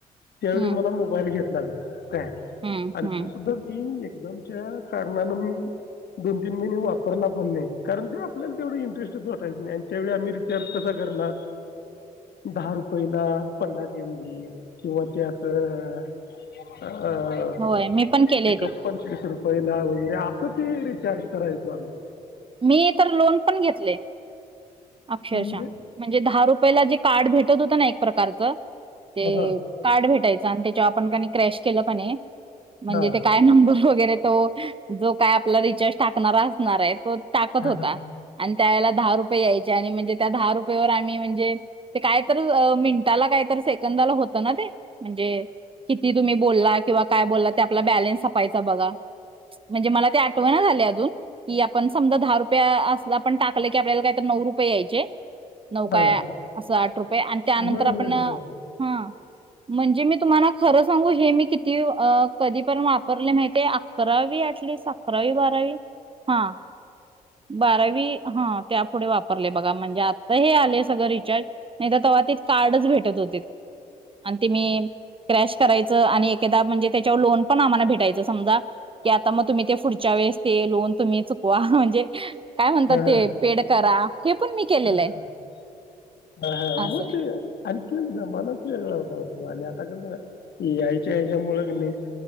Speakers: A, on the left; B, on the right.
A: त्यावेळी
B: हम्म
A: मला मोबाईल घेतला मी, काय
B: हम्म
A: आणि
B: हम्म
A: तो सुद्धा मी झमच्या कारणानं मी दोन तीन महिने वापरला पण नाही, कारण ते आपल्याला तेवढं इंटरेटच वाटायच नाही, आणि त्याळी आम्ही रिचार् कसा करणार दहा रुपयला पन्नास एम बी, किंवा ते असं अ
B: होय मी पण केले
A: एक
B: ते
A: पंचवीस रुपये पैला वगैरे असं ते रिचार्ज करायचो आमी.
B: मी तर लोन पण घेतले अक्षरश.
A: म्हणजे
B: म्हणजे दहा रुपयला जे कार्ड भेटत होतं ना एक प्रकारचं ते
A: हा
B: कार्ड भेटायचं, आणि त्याच्या क्रश केलं पणे, म्हणजे
A: हा
B: ते काय नंबर वगैर जो काय आपला रिचार्ज टाकणार असणार आहे तो टाकत
A: हा
B: होता.
A: हा
B: आणि त्यावेेळेला दहा रुपये यायचे, आणि म्हणजे त्या दहा रुपयेवर आम्ही म्हणजे ते काय तर मिनटाला काय कात सेकंदाला होत ना ते. म्हणजे किती तुम्ही बोलला, किंवा काय बोलला ते आपला बॅलन्सपायचा बघा. म्हणजे मला ते आठवना झाले अजून की आपण समजा दहा रुप असला पण टाकलं की आपल्याला काय तर नऊ रुपये यायचे. नौका
A: हा.
B: असं आठ रुपये आणि, त्यानंतर
A: होय
B: आपण
A: होय
B: हा
A: होय
B: म्हणजे मी तुम्हाला खर सांगू, हे मी किती कधी पर्य वापर मा अकरा ऍटलीस्ट अकरावी बारावी हा बारावी हा त्या पुुढे वापरले बघा म्हणजे, आता हे आले सगळं रिचार्ज नाही तर तेव्हा ते कार्डच भेटत होते आणि ते मी क्रॅश करायचं आणि एखादा म्हणजे, त्याच्यावर लोन पण आम्हाला भेटायचं समजा की आता मग तुम्ही ते पुढच्या लोन तुम्ही चुकवा म्हणजे काय म्हणतात,
A: हा,
B: ते
A: हा,
B: पेड करा हे पण केलेलं
A: हा हा
B: आहे
A: हा हा
B: असं
A: म
B: आहे.
A: ते. आणखी जमानाच वेगळा होता हो तो. आणि आता कस ए आय च्या याच्या मुळं नाही.